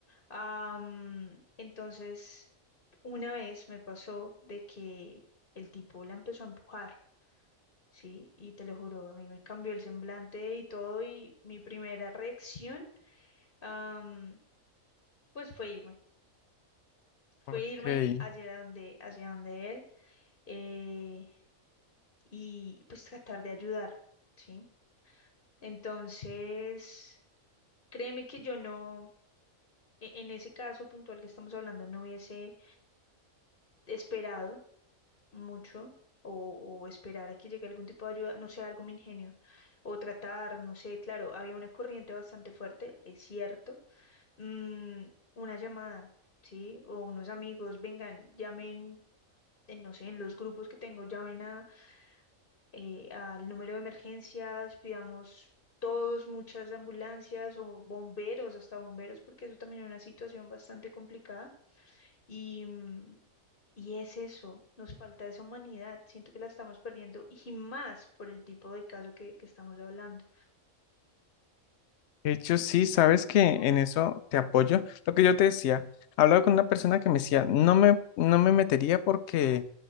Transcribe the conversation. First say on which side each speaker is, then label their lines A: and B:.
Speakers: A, on the left (about 40°); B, on the left (about 65°).
A: Am, entonces, una vez me pasó de que el tipo la empezó a empujar, ¿sí? Y te lo juro, a mí me cambió el semblante y todo, y mi primera reacción, am, pues fue irme. Fue
B: Ok.
A: irme hacia donde, hacia donde él eh, y pues tratar de ayudar, ¿sí? Entonces, créeme que yo no, e- en ese caso puntual que estamos hablando, no hubiese esperado. mucho o, o esperar a que llegue algún tipo de ayuda, no sé, algo me ingenio, o tratar, no sé, claro, había una corriente bastante fuerte, es cierto, mm, una llamada, ¿sí? O unos amigos, vengan, llamen. En, no sé, en los grupos que tengo, llamen a, eh, al número de emergencias, pidamos todos muchas ambulancias o bomberos, hasta bomberos, porque eso también es una situación bastante complicada. Y, mm, y es eso, nos falta esa humanidad, siento que la estamos perdiendo y más por el tipo de caso que, que estamos hablando.
B: De hecho, sí, sabes que en eso te apoyo. Lo que yo te decía, hablaba con una persona que me decía, no me, no me metería porque